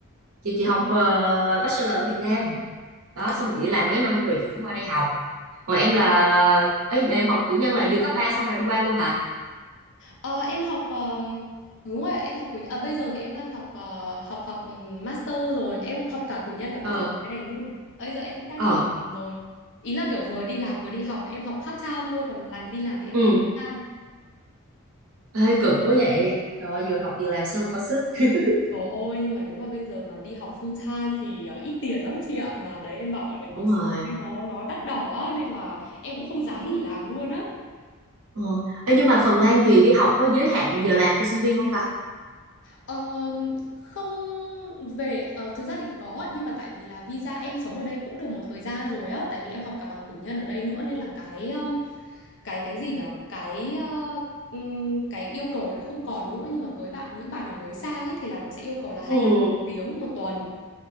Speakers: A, on the right; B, on the left.
A: chị chị học ờ, bachelor ở Việt Nam đó xong rồi chị đi làm mấy năm rồi chị mới qua đây học còn em là ấy giờ em học cử nhân là vừa cấp 3 xong rồi em qua luôn hả
B: Ờ, em học ờm, đúng rồi ạ, em học cử nhân. À, bây giờ thì em đang học ờ, học học ừ, master rồi, em học cả cử nhân cả master
A: ờ
B: ở bên này luôn. Ờ, Bây giờ em cũng đang
A: ờ
B: đi làm rồi. Ý là kiểu vừa đi làm vừa đi học, em học part time thôi còn lại đi làm thì em
A: ừ
B: làm full time.
A: hơi cực quá vậy trời ơi, vừa học vừa làm sao mà có sức <laughs>
B: Trời ơi, nhưng mà nếu mà bây giờ mà đi học full time thì ờ, ít tiền lắm chị ạ. Mà đấy em bảo đấy,
A: đúng
B: cuộc sống
A: rồi
B: đây nó nó đắt đỏ á, nên là em cũng không dám nghỉ làm luôn á.
A: Ờ. Ê, nhưng mà Phần Lan thì đi học có giới hạn giờ làm cho sinh viên không ta?
B: Ờ, không về ờ, thực ra thì có nhưng mà tại vì là visa em sống ở đây cũng được một thời gian rồi á, tại vì em học cả bằng cử nhân ở đây nữa nên là cái um, cái cái gì nhở Cái ờ, ừm, cái yêu cầu này nó không còn nữa nhưng mà với bạn những bạn nào mới sang ấy thì là nó sẽ yêu cầu là hai
A: ừ
B: lăm tiếng một tuần